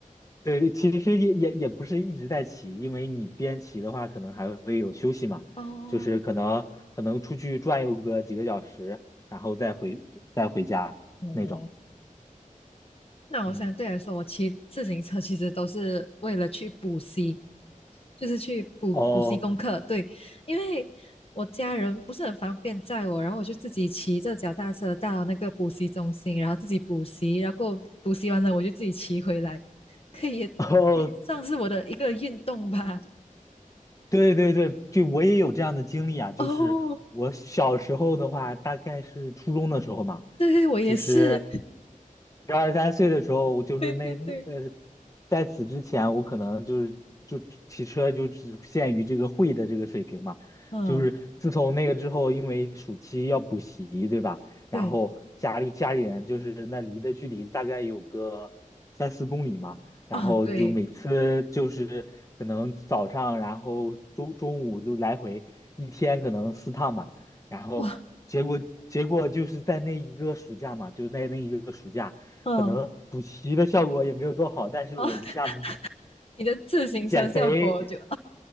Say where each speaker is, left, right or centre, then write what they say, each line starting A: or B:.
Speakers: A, on the left; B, on the left.
A: 对，对，其实也也也不是一直在骑，因为你边骑的话，可能还会有休息嘛，
B: 哦，
A: 就是可能可能出去转悠个几个小时，然后再回再回家那种。
B: 哦，那我相对来说，
A: 嗯，
B: 我骑自行车其实都是为了去补习，就是去补补习功课。
A: 哦
B: 对，因为我家人不是很方便载我，然后我就自己骑着脚踏车到那个补习中心，然后自己补习，然后补习完了我就自己骑回来，可以也可以算是我的一个运动吧。
A: <laughs> 哦，对对对，就我也有这样的经历啊，就是我小时候的话，
B: <laughs> 哦，
A: 大概是初中的时候嘛，
B: 对，我也是，
A: 就是十二三岁的时候，
B: <laughs>
A: 我就是那那呃，
B: 对对对，
A: 在此之前，我可能就是就骑车就只限于这个会的这个水平嘛，
B: 嗯，
A: 就是自从那个之后，因为暑期要补习，对吧？然后家里家里人就是那离的距离大概有个三四公里嘛。
B: 对
A: 然后就每次就是可能早上，
B: 啊，对，
A: 然后中中午就来回一天可能四趟嘛，然后结果结果就是在那一个暑假嘛，
B: 哇，
A: 就是在那一个暑假，
B: 嗯，
A: 可能补习的效果也没有多好，但是我一下子
B: 啊，<laughs> 你的自行车效果，
A: 减肥，
B: 就啊，